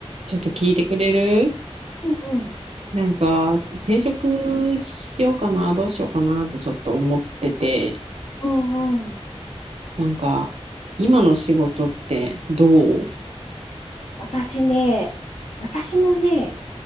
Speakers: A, on the right; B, on the left.
A: ちょっと聞いてくれる
B: うんうん。
A: なんか、転職しようかな、どうしようかなってちょっと思ってて、
B: うんうん。
A: なんか、今の仕事ってどう
B: 私ね、私もね、